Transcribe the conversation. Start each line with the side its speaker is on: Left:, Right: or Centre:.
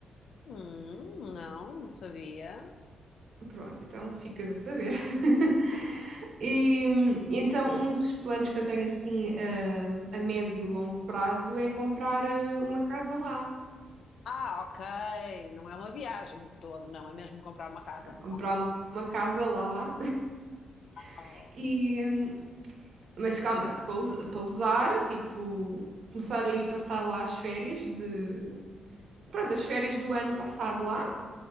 Left: Hum, não, não sabia.
Right: Pronto, então ficas a saber. <laughs> E hum, então, um dos planos que eu tenho assim a, a médio e longo prazo é comprar eh, uma casa lá.
Left: Ah, ok, não é uma viagem de todo, não, é mesmo comprar uma casa.
Right: Não, Comprar uma casa lá <laughs>
Left: Uau.
Right: e hum, mas calma, para us- para usar, tipo, começar a ir passar lá as férias de pronto, as férias do ano passar lá,